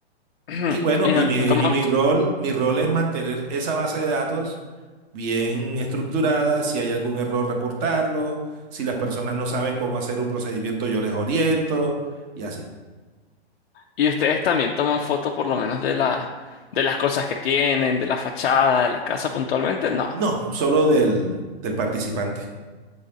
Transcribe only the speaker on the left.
<clears throat>
Y
lo
toman,
y ustedes también toman fotos por lo menos de la, de las cosas que tienen, de la fachada, de la casa puntualmente, no.